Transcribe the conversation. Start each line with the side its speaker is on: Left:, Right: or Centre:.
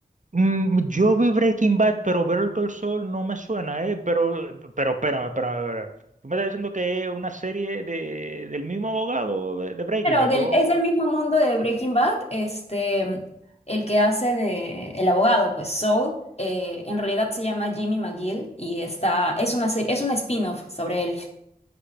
Right: Mm, yo vi Breaking Bad, pero Better Call Saul no me suena, ¿eh? Pero, pero espérame, espérame, espérame. Tú me estás diciendo que es una serie de, del mismo abogado de, de Breaking
Left: Pero
Right: Bad.
Left: del-
Right: o-
Left: es del mismo mundo de Breaking Bad, este, el que hace de el abogado, pues Saul, eh, en realidad se llama Jimmy McGill y está, es una serie, es un spin-off sobre él.